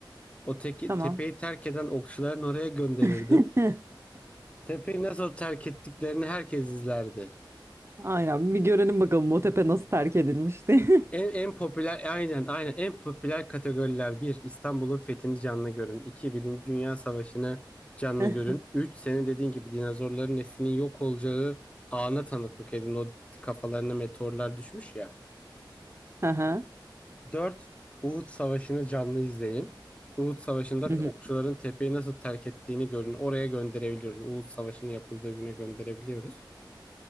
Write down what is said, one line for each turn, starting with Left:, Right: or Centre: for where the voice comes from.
Left: o teki,
Right: tamam.
Left: tepeyi terk eden okçuların oraya gönderirdim.
Right: <laughs>
Left: Tepeyi nasıl terk ettiklerini herkes izlerdi.
Right: Aynen bir görelim bakalım o tepe nasıl terk edilmişti.
Left: En, en popüler aynen aynen en popüler kategoriler bir İstanbul'un fethini canlı görün. iki Birinci Dünya Savaşı'nı canlı
Right: <laughs>
Left: görün. üç senin dediğin gibi dinozorların neslinin yok olacağı ana tanıklık edin. O kafalarına meteorlar düşmüş ya.
Right: Aha.
Left: dört Uhud Savaşı'nı canlı izleyin. Uhud Savaşı'nda
Right: Hı hı.
Left: okçuların tepeyi nasıl terk ettiğini görün. Oraya gönderebiliyoruz. Uhud Savaşı'nın yapıldığı güne gönderebiliyoruz.